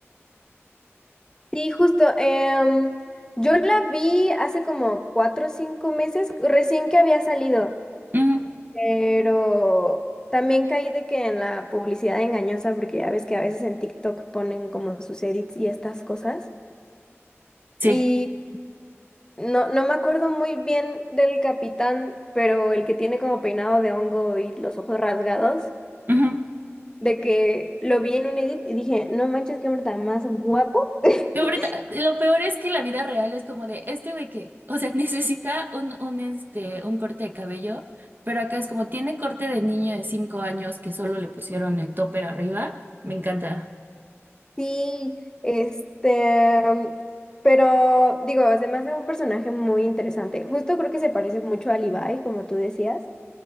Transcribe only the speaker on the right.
ujú,
sí,
ujú.
No, pero ta- lo peor es que la vida real es como de este güey que, o sea, <laughs> necesita un, un, este, un corte de cabello, pero acá es como tiene corte de niño de cinco años que solo le pusieron el topper arriba. Me encanta.